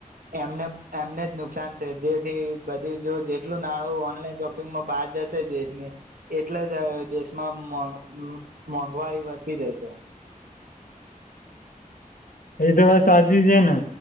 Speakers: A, on the right; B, on the left.
A: એમને એમને જ નુકસાન છે. જેથી બધી જો જેટલું નાણું ઓનલાઈન શોપિંગમાં બહાર જશે દેશની. એટલે જ દેશમાં <unintelligible> મોંઘવારી વધતી જશે.
B: એ તો વાત સાચી જ ને